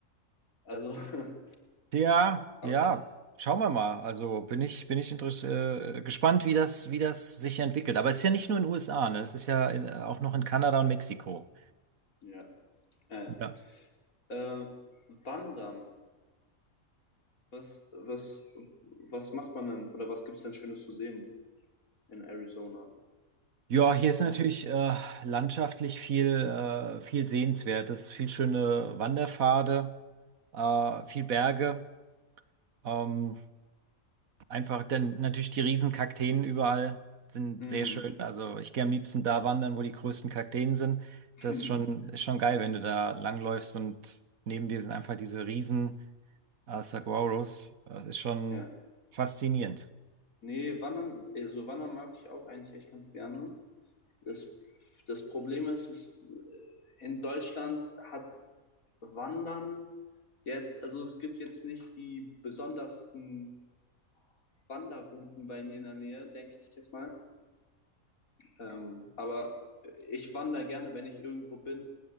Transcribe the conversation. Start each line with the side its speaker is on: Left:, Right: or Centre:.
Left: Also, <laughs>
Right: Ja,
Left: aber
Right: ja,
Left: naja,
Right: schauen wir mal. Also bin ich, bin ich interess äh, gespannt, wie das, wie das sich entwickelt. Aber es ist ja nicht nur in den USA, ne? Es ist ja in, auch noch in Kanada und Mexiko.
Left: ja. ja.
Right: Ja.
Left: ja. Äh, wandern. Was, was, was macht man denn oder was gibt es denn Schönes zu sehen in Arizona?
Right: Ja, hier ist
Left: Wo
Right: natürlich
Left: man,
Right: äh, landschaftlich viel, äh, viel Sehenswertes, viel schöne Wanderpfade. äh, viel Berge. Ähm, einfach, denn natürlich die riesen Kakteen überall sind
Left: Mm.
Right: sehr schön. Also ich gehe am liebsten da wandern, wo die größten Kakteen sind.
Left: <laughs>
Right: Das ist schon, ist schon geil, wenn du da langläufst und neben dir sind einfach diese riesen äh, Saguaros. Das ist schon
Left: ja.
Right: faszinierend.
Left: Nee, wandern, also wandern mag ich auch eigentlich echt ganz gerne. Das, das Problem ist, dass äh, in Deutschland hat Wandern jetzt, also es gibt jetzt nicht die besondersten Wanderrouten bei mir in der Nähe, denke ich jetzt mal. Ähm, aber ich wandere gerne, wenn ich irgendwo bin,